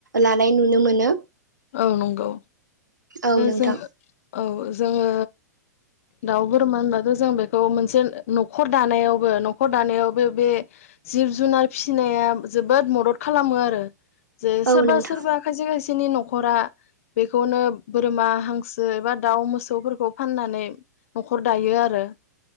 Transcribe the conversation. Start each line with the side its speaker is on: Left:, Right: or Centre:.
Right: लानाय नुनो मोनो।
Left: औ नंगौ।
Right: औ नोंथां।
Left: जोङो औ जोङो दाउ बोरमा होनबाथ' जों बेखौ मोनसे न'खर दानायावबो न'खर दानायावबो बे जिब जुनार फिसिनाया जोबोद मदद खालामो आरो। जे
Right: औ
Left: सोरबा
Right: नोंथां
Left: सोरबा खायसे खायसे बिसिनि न'खरा बेखौनो बोरमा हांसो एबा दाउ मोसौफोरखौ फाननानै न'खर दायो आरो।